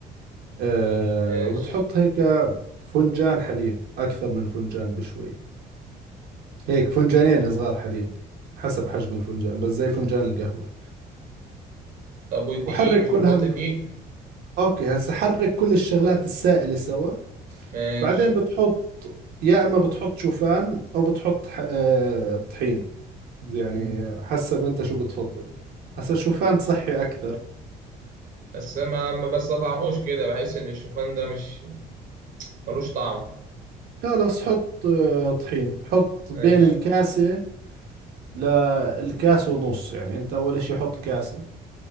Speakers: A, on the right (about 75°); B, on the right (about 55°).
A: أه
B: ماشي
A: وبتحط هيك فنجان حليب أكثر من فنجان بشوي هيك فنجانين صغار حليب حسب حجم الفنجان بس زي فنجان القهوة
B: طب والدقيق
A: وحرك
B: مش
A: كل
B: هنحط
A: هذا
B: دقيق
A: اوكي هسه حرك كل الشغلات السائلة سوا
B: ماشي
A: بعدين بتحط يا اما بتحط شوفان او بتحط ح... آه... طحين يعني
B: مم.
A: حسب انت شو بتفضل هسه شوفان صحي اكثر
B: بس ما ما بستطعموش كده بحس ان الشوفان ده مش ملوش طعم
A: خلص حط آه... طحين حط بين
B: ماشي
A: الكاسة للكاسة ونص يعني انت اول شي حط كاسة